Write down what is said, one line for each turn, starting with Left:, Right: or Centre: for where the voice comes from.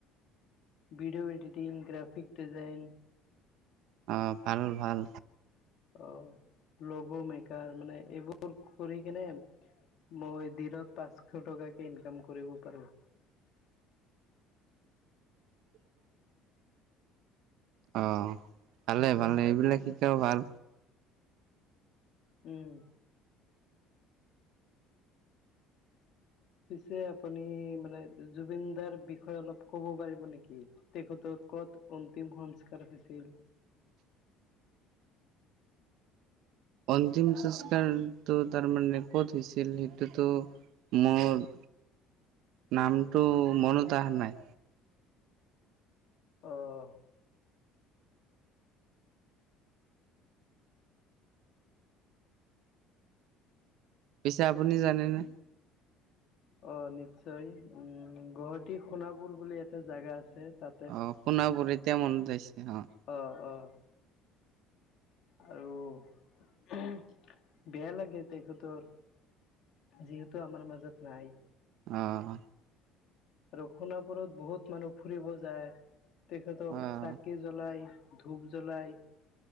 Left: Video editing, graphic design.
Right: অঁ, ভাল ভাল।
Left: অ', লগ মেকাৰ মানে এইবোৰ কৰি কেনে মই দিনত পাঁচশ টকাকে ইনকাম কৰিব পাৰো।
Right: <inaudible> অঁ, ভালে ভালে এইবিলাক শিকোও ভাল।
Left: উম। পিছে আপুনি মানে জুবিন দাৰ বিষয়ে অলপ ক'ব পাৰিব নেকি? তেখতৰ ক'ত অন্তিম সংস্কাৰ হৈছিল?
Right: অন্তিম সংস্কাৰটো তাৰমানে ক'ত হৈছিল সেইটোতো। মোৰ নামটো মনত আহা নাই।
Left: অ'।
Right: পিছে আপুনি জানেনে?
Left: অ' নিশ্চয়, উম গুৱাহাটী সোণাপুৰ বুলি এটা জাগা আছে তাত।
Right: অ' সোণাপুৰ এতিয়া মনত আহিছে অঁ।
Left: অঁ অঁ আৰু বেয়া লাগে তেখতৰ যিহেতু আমাৰ মাজত নাই।
Right: অঁহ।
Left: আৰু সোণাপুৰত বহুত মানুহ ফুৰিব যায়, তেখেতক
Right: অ',
Left: চাকি জ্বলাই। ধূপ জ্বলাই